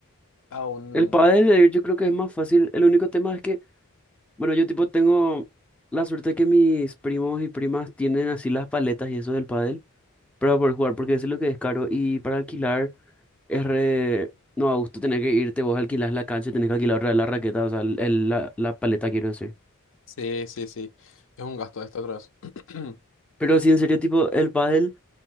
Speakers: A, on the left; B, in the centre.
A: a un...
B: El pádel de ir yo creo que es más fácil. El único tema es que, bueno, yo tipo tengo la suerte que mis primos y primas tienen así las paletas y eso del pádel para poder jugar, porque eso es lo que es caro. Y para alquilar es re... No, a gusto tener que irte, vos alquilás la cancha y tenés que alquilar otra vez la raqueta, o sea, el- el- la, la paleta quiero decir.
A: Sí, sí, sí. Es un gasto esto otra vez. <clears throat>
B: Pero sí, en serio, tipo, el pádel,